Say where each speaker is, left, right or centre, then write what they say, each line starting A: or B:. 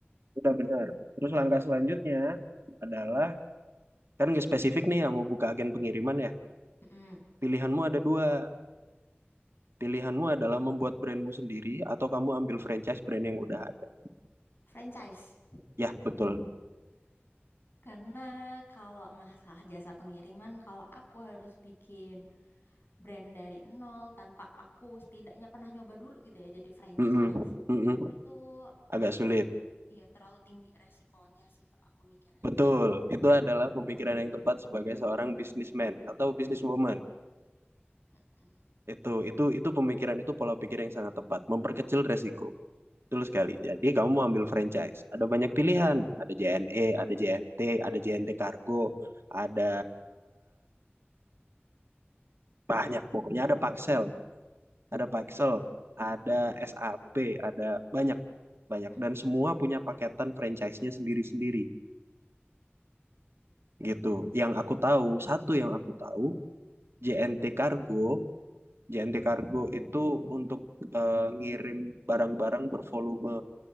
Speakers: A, on the right (about 75°); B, on the left (about 60°).
A: Udah benar. Terus langkah selanjutnya adalah Kan nggak spesifik nih ya mau buka agen pengiriman ya.
B: Mm-mm.
A: Pilihanmu ada dua. Pilihanmu adalah membuat brandmu sendiri atau kamu ambil franchise brand yang udah ada.
B: Franchise.
A: Ya, betul.
B: Karena kalau masalah jasa pengiriman, kalau aku harus bikin brand dari nol tanpa aku setidaknya pernah nyoba dulu gitu ya, jadi franchise.
A: Mm-mm, mm-mm.
B: Itu
A: Agak
B: ter
A: sulit.
B: ya terlalu tinggi resikonya sih Kak, aku mikirnya.
A: Betul. Itu adalah pemikiran yang tepat sebagai seorang businessman atau businesswoman.
B: Mm-mm.
A: Itu itu itu pemikiran itu pola pikir yang sangat tepat, memperkecil resiko. Betul sekali. Jadi kamu mau ambil franchise. Ada banyak pilihan. Ada JNE, ada JNT, ada JNT Kargo, ada banyak pokoknya ada Paxel ada Paxel, ada SAP, ada banyak banyak
B: Mm-mm.
A: dan semua punya paketan franchise-nya sendiri-sendiri gitu. Yang aku tahu, satu yang aku tahu, JNT Cargo, JNT Cargo itu untuk eh, ngirim barang-barang bervolume